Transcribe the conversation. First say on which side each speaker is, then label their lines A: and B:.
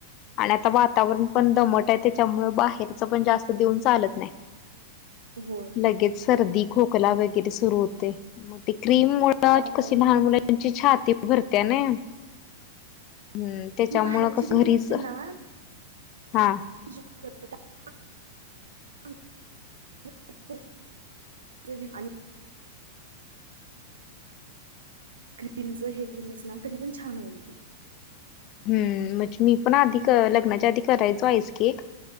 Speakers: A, on the left; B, on the right.
A: आणि आता वातावरण पण दमट आहे. त्याच्यामुळे बाहेरच पण जास्त देऊन चालत नाही.
B: होय
A: लगेच सर्दी, खोकला वगैरे सुरू होतय म ते क्रीममुळे त्यात
B: वातावरणच
A: कशी लहान मुलांची छाती भरत्या नय हम्म, त्याच्यामुळं
B: ही बाहेरची
A: कस
B: क्रीम
A: घरीच,
B: असते ना
A: हा
B: <unintelligible> आणि <inaudible> <inaudible> क्रीमच हे केलीस ना तरी पण छान होईल ते.
A: हम्म, म्हजे मी पण आधी कर लग्नाच्या आधी करायचो आईस केक